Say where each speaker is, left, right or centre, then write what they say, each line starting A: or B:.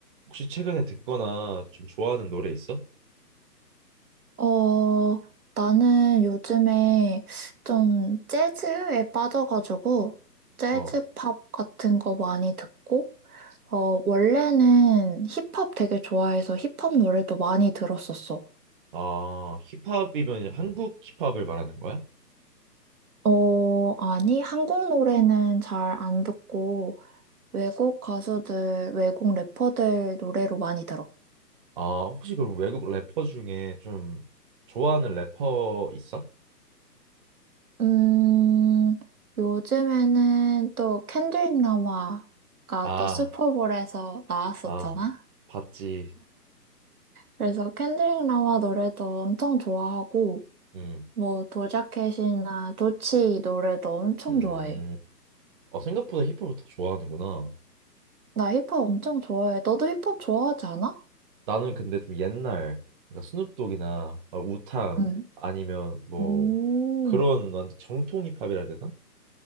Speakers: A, on the right; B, on the right.
A: 혹시 최근에 듣거나 좀 좋아하는 노래 있어?
B: 어, 나는 요즘에 좀 재즈에 빠져가지고, 재즈
A: 어.
B: 팝 같은 거 많이 듣고, 어, 원래는 힙합 되게 좋아해서 힙합 노래도 많이 들었었어.
A: 아, 힙합이면 한국 힙합을 말하는 거야?
B: 어, 아니, 한국 노래는 잘 안 듣고, 외국 가수들, 외국 래퍼들 노래로 많이 들어.
A: 아, 혹시 그럼 외국 래퍼 중에 좀 좋아하는 래퍼 있어?
B: 음, 요즘에는 또 켄드릭 라마가
A: 아,
B: 또 슈퍼볼에서 나왔었잖아?
A: 아, 봤지.
B: 그래서 캔드릭 라마 노래도 엄청 좋아하고,
A: 음,
B: 뭐 도자켓이나 도치 노래도 엄청
A: 음.
B: 좋아해.
A: 어, 생각보다 힙합을 더 좋아하는구나.
B: 나 힙합 엄청 좋아해. 너도 힙합 좋아하지 않아?
A: 나는 근데 좀 옛날, 그러니까 스눕독이나 아, 우탕
B: 응.
A: 아니면 뭐
B: 음,
A: 그런 완전 정통 힙합이라 해야 되나?